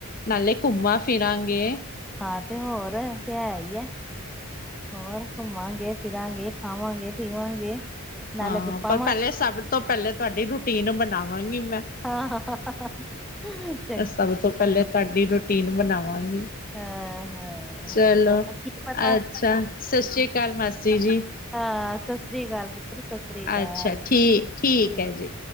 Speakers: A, on the left; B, in the centre.
A: ਨਾਲੇ ਘੁੰਮਾਂ ਫਿਰਾਂਗੇ।
B: ਹਾਂ ਤੇ ਹੋਰ ਤੇ ਹੈਈ ਐ। ਹੋਰ ਘੁੰਮਾਂਗੇ, ਫਿਰਾਂਗੇ, ਖਾਵਾਂਗੇ, ਪੀਵਾਂਗੇ। ਨਾਲੇ
A: ਹਾਂ
B: ਗੱਪਾਂ
A: ਪਰ
B: ਮਾਰ
A: ਪੈਲੇ ਸਬ ਤੋਂ ਪੈਲੇ ਤੁਆਡੀ ਰੂਟੀਨ ਬਨਾਵਾਂਗੀ ਮੈਂ।
B: ਹਾਂ-ਹਾਂ
A: ਅਸੀਂ ਸਬ ਤੋਂ ਪੈਲੇ ਤੁਆਡੀ ਰੂਟੀਨ ਬਨਾਵਾਂਗੀ।
B: ਹਾਂ ਹਾਂ
A: ਚਲੋ,
B: ਕੀ ਪਤਾ
A: ਅੱਛਾ ਸਸਰੀ ਕਾਲ ਮਾਸੀ ਜੀ।
B: ਹਾਂ ਸਤਿ ਸ੍ਰੀ ਅਕਾਲ ਪੁੱਤਰ ਸਤਿ ਸ੍ਰੀ ਅਕਾਲ
A: ਅੱਛਾ ਠੀਕ-ਠੀਕ
B: ਠੀਕ
A: ਐ ਜੀ।